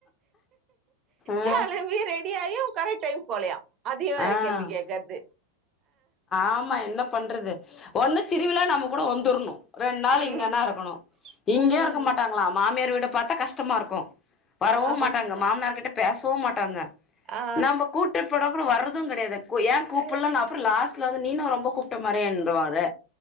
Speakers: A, on the left; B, on the right.
A: ஆ
B: காலம்பி ரெ டயும் கரெக் டைம் போலையாம் அதையும் வேற
A: ஆ
B: கேள்வி கேட்கறது
A: ஆமா என்ன பண்றது ஒண்ணு திருவிழா நம்ம கூட வந்துறணும் ரெண்டு நாள்
B: ம்
A: இங்கன்னா இருக்கணும் இங்கயே
B: ம்
A: இருக்க மாட்டாங்களா மாமியார் வீட பார்த்தா கஷ்டமா இருக்கும் வரவும்
B: ஆமா
A: மாட்டாங்க மாமனார் கிட்ட பேசவும் மாட்டாங்க
B: ஆ
A: நம்ம கூட்டு போன கூட வர தும் கிடையாது ஏன் கூப்புல்ல
B: ஆ
A: அப்புறம் லாஸ்ட் நீன ரொம்ப கூப்பிட்ட மாறியே இன்றுவரு